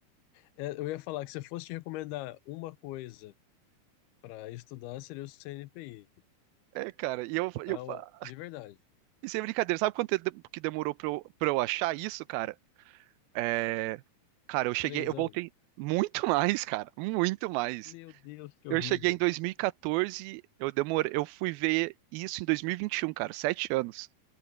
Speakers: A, on the left (about 85°); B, on the right (about 80°).
A: é, Eu ia falar que se eu fosse te recomendar uma coisa para estudar, seria o CNPq.
B: É, cara. E eu, eu,
A: Ah,
B: fa-
A: ó, De verdade,
B: isso é brincadeira. Sabe quanto tempo que demorou para eu, pra eu achar isso, cara? É, Cara, eu cheguei,
A: três
B: eu voltei
A: anos.
B: muito <laughs> mais, cara, muito mais.
A: Meu Deus, que
B: Eu
A: horrível.
B: cheguei em 2014, eu demorei, eu fui ver isso em dois mil e e vinte e um, cara, sete anos.